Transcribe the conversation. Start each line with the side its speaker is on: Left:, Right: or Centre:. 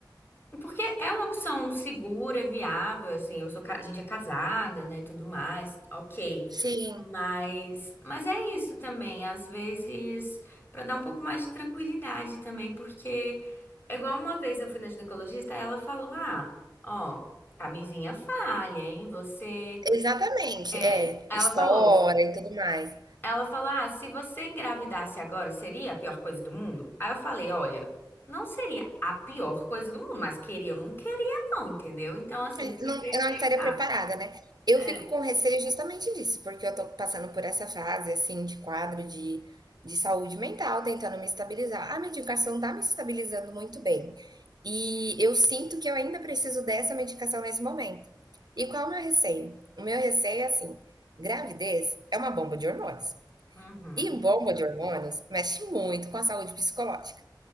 Left: porque é uma opção segura, viável, assim, eu sou, ca- a gente é casada, né, tudo mais, ok.
Right: sim,
Left: Mas, mas é isso também, às vezes, para dar um pouco mais de tranquilidade também, porque é igual uma vez eu fui na ginecologista, ela falou: "Ah, ó, camisinha falha, hein? Você
Right: exatamente.
Left: é,
Right: É,
Left: ela
Right: estoura
Left: falou,
Right: e tudo mais.
Left: Ela falou: Ah, se você engravidasse agora, seria a pior coisa do mundo? Aí eu falei: Olha, não seria a pior coisa do mundo, mas queria ou não queria, não, entendeu? Então, assim,
Right: É,
Left: isso me
Right: Não,
Left: fez
Right: eu
Left: pensar.
Right: não estaria preparada, né? Eu
Left: É.
Right: fico com receio justamente disso, porque eu tô passando por essa fase, assim, de quadro de, de saúde mental, tentando me estabilizar. A medicação tá me estabilizando muito bem. E eu sinto que eu ainda preciso dessa medicação nesse momento. E qual é o meu receio? O meu receio é assim: gravidez é uma bomba de hormônios.
Left: Uhum,
Right: E bomba de hormônios mexe muito com a saúde psicológica.